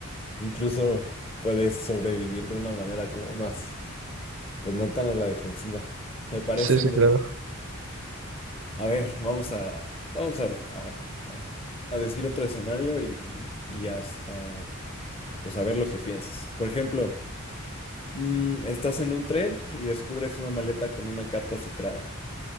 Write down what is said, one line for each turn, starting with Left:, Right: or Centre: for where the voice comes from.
Left: incluso puedes sobrevivir de una manera como más, pues no tan a la defensiva. Me parece
Right: Sí, sí,
Left: muy.
Right: claro.
Left: A ver, vamos a, vamos a, a, a- a decir otro escenario y, y, y a, a, pues a ver lo que piensas. Por ejemplo, mm, estás en un tren y descubres una maleta con una carta cifrada.